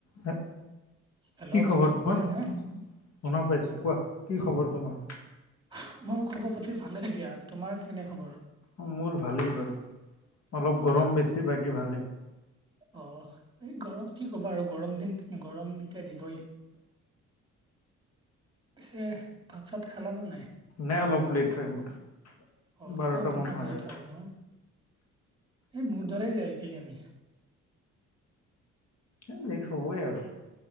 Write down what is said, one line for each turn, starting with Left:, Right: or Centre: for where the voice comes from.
Left: হয়,
Right: হেল্ল'
Left: কি
Right: বন্ধু
Left: খবৰ তোমাৰ?
Right: শুনিছানে?
Left: শুনা পাইছোঁ, কোৱা কি খবৰ তোমাৰ?
Right: ফু', মোৰ খবৰ পাতি ভালে দিয়া, তোমাৰ কেনে খবৰ?
Left: অ', মোৰ ভালেই বাৰু অলপ
Right: অ'
Left: গৰম
Right: ভাত
Left: বেছি বাকি ভালেই',
Right: অ', এই গৰম কি ক'বা আৰু গৰম দিন গৰম এতিয়া দিবই', পিছে ভাত চাত খালা নে নাই?
Left: নাই অলপ লেট হয় মোৰ',
Right: অ',
Left: বাৰটা
Right: - অ', তোমাৰ
Left: মান
Right: লেট
Left: আৰু
Right: হয় ন, এই মোৰ দৰে যায় একেই আমি',
Left: এই, লেট হ'বই আৰু